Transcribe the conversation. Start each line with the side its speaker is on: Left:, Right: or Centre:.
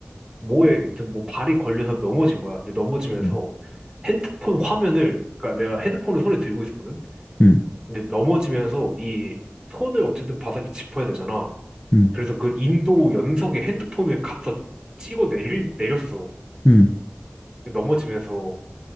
Right: 뭐에 하여튼 뭐 발이 걸려서 넘어진 거야. 근데 넘어지면서
Left: 음,
Right: 핸드폰 화면을 그러니까 내가 핸드폰을 손에 들고 있었거든.
Left: 음,
Right: 근데 넘어지면서 이 손을 어쨌든 바닥에 짚어야 되잖아.
Left: 음,
Right: 그래서 그 인도 연석에 핸드폰을 갖다 찍어 내리, 내렸어.
Left: 음.
Right: 넘어지면서